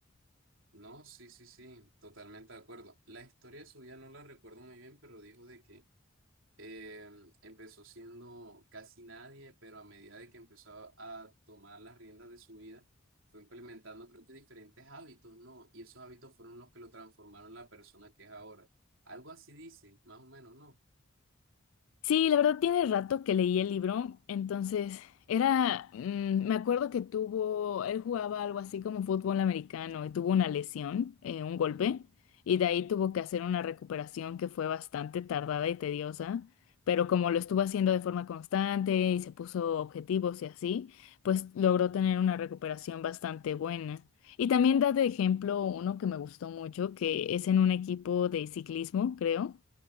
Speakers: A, on the right; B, on the left.
A: No, sí, sí, sí, totalmente de acuerdo. La historia de su vida no la recuerdo muy bien, pero dijo de que Em, empezó siendo casi nadie, pero a medida de que empezó a tomar las riendas de su vida, fue implementando, creo que diferentes hábitos, ¿no? Y esos hábitos fueron los que lo transformaron en la persona que es ahora. Algo así dice, más o menos, ¿no?
B: Sí, la verdad tiene rato que leí el libro, entonces era, mm, me acuerdo que tuvo, él jugaba algo así como fútbol americano y tuvo una lesión, eh, un
A: Mm,
B: golpe, y de ahí tuvo que hacer una recuperación que fue bastante tardada y tediosa, pero como lo estuvo haciendo de forma constante y se puso objetivos y así, pues logró tener una recuperación bastante buena. Y también da de ejemplo uno que me gustó mucho, que es en un equipo de ciclismo, creo